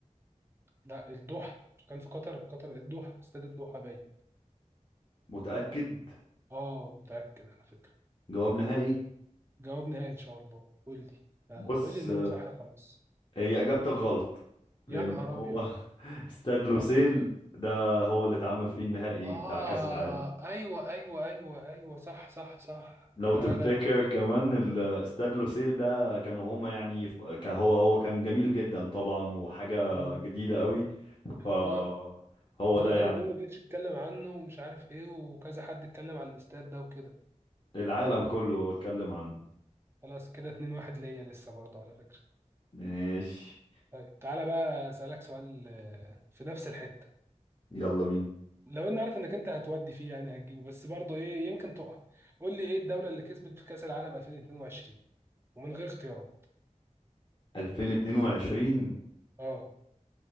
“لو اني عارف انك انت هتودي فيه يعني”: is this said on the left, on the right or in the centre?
Right